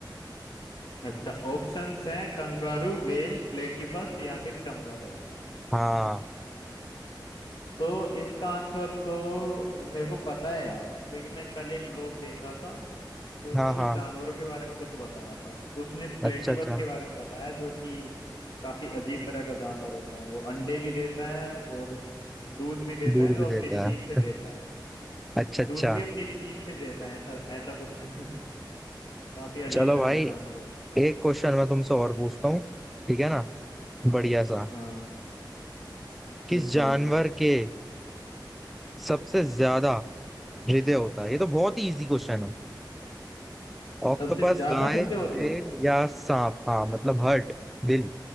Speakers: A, on the left; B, in the centre.
A: अच्छा ऑप्शंस हैं कंगारू व्हेल प्लेटिपस या फिर चमगादड़
B: हाँ
A: तो इसका आंसर तो मेरे को पता है यार क्योंकि मैं कल एक व्लॉग देख रहा था तो उसमें
B: हाँ
A: वो
B: हाँ
A: जानवरों के बारे में कुछ बता रहा था तो उसने प्लेटिपस
B: अच्छा अच्छा
A: के बारे में बताया जो कि काफी अजीब तरह का जानवर होता है वो अंडे भी देता है और दूध भी देता
B: दूध
A: है जो
B: भी देता
A: अपनी स्किन से
B: है
A: देता है
B: अच्छा
A: और दूध
B: अच्छा
A: भी अपनी स्किन से देता है ऐसा ऐसा कुछ है <laughs> काफी अजीब
B: चलो
A: तरह
B: भाई
A: का जानवर होता
B: एक क्वेश्चन मैं तुमसे और पूछता हूँ ठीक है ना बढ़िया सा
A: है हाँ
B: किस
A: बिल्कुल
B: जानवर
A: बिल्कुल
B: के सबसे ज्यादा हृदय होता है ये तो बहुत ही इजी क्वेश्चन है ऑक्टोपस
A: सबसे ज्यादा
B: गाय
A: हृदय होते
B: बेल
A: हैं
B: या सांप हाँ मतलब हर्ट दिल